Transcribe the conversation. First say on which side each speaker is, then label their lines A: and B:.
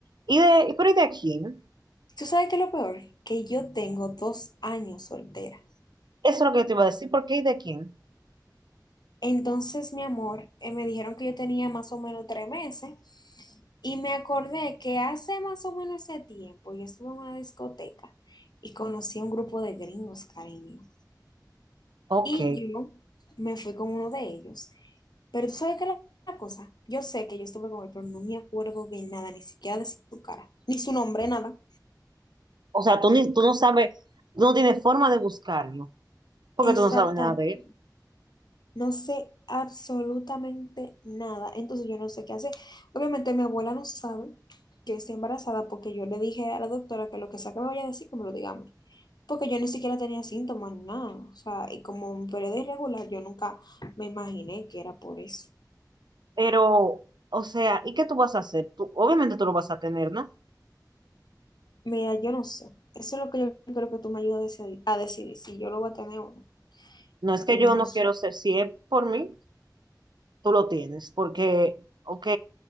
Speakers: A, on the right; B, on the left.
A: ¿Y de, pero ¿y de quién?
B: ¿Tú sabes qué es lo peor? Que yo tengo dos años soltera.
A: Eso es lo que yo te iba a decir, ¿por qué y de quién?
B: Entonces, mi amor, eh, me dijeron que yo tenía más o menos tres meses. Y me acordé que hace más o menos ese tiempo yo estuve en una discoteca y conocí a un grupo de gringos, cariño.
A: Ok.
B: Y yo me fui con uno de ellos. Pero tú sabes qué es la la cosa. Yo sé que yo estuve con él, pero no me acuerdo de nada, ni siquiera de su cara, ni su nombre, nada.
A: O sea, tú, ni, tú no sabes, tú no tienes forma de buscarlo, porque
B: Exactamente.
A: tú no sabes nada de él.
B: No sé absolutamente nada. Entonces yo no sé qué hacer. Obviamente mi abuela no sabe que yo estoy embarazada porque yo le dije a la doctora que lo que sea que me vaya a decir, que me lo diga a mí. Porque yo ni siquiera tenía síntomas, nada. O sea, y como un periodo irregular, yo nunca me imaginé que era por eso.
A: Pero, o sea, ¿y qué tú vas a hacer? Tú, obviamente tú lo vas a tener, ¿no?
B: Mira, yo no sé. Eso es lo que yo creo que tú me ayudas a decidir, a decidir si yo lo voy a tener o no,
A: No es
B: porque
A: que yo
B: yo no
A: no
B: sé.
A: quiero ser, si es por mí, tú lo tienes, porque, ok,